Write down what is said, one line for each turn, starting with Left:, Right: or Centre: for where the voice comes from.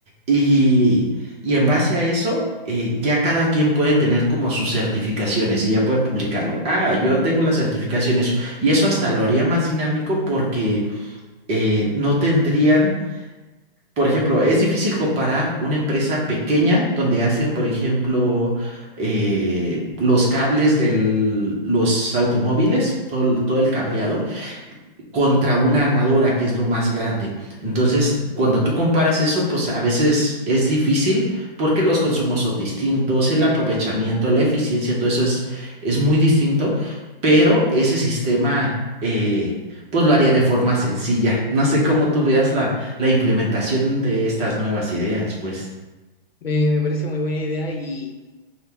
Right: y, y en base a eso... eh, ya cada quien puede tener como sus certificaciones y ya pueden publicarlo. Ah, yo tengo las certificaciones y eso hasta lo haría más dinámico porque eh, no tendrían por ejemplo, es difícil comparar una empresa pequeña donde hacen, por ejemplo, eh, los cables de los automóviles, todo, el- todo el cableado contra una armadora que es lo más grande. Entonces, cuando tú comparas eso, pues a veces es difícil porque los consumos son distintos, el aprovechamiento, la eficiencia, todo eso es, es muy distinto, pero ese sistema, eh, pues lo haría de forma sencilla. No sé cómo tú veas la, la implementación de estas nuevas ideas, pues.
Left: Me, me parece muy buena idea y,